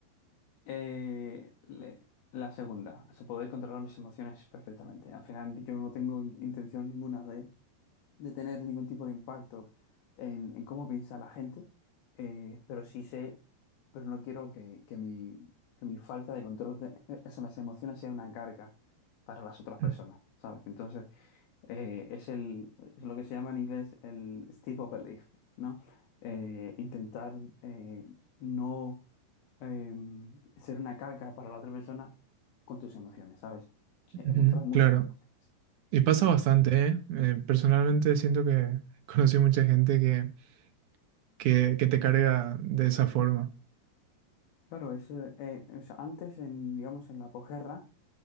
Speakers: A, on the left; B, on the right.
A: Eh, le- la segunda, o sea, poder controlar mis emociones perfectamente. Al final yo no tengo in- intención ninguna de, de tener ningún tipo de impacto en, en cómo piensa la gente, eh, pero sí sé, pero no quiero que, que mi, que mi falta de control de, e, esas las emociones sea una carga para las otras personas,
B: Mm,
A: ¿sabes? Entonces... eh, es el, es lo que se llama en inglés el steep up belief, ¿no? Eh, intentar eh, no eh, ser una carga para la otra persona con tus emociones, ¿sabes? Eh,
B: ujú,
A: eh, mostrar muchas
B: claro,
A: emociones.
B: y pasa
A: Es,
B: bastante, ¿eh? Eh, personalmente siento que <laughs> conocí mucha gente que, que, que te carga de esa forma.
A: claro, es, eh, eh, o sea, antes, en, digamos, en la posguerra,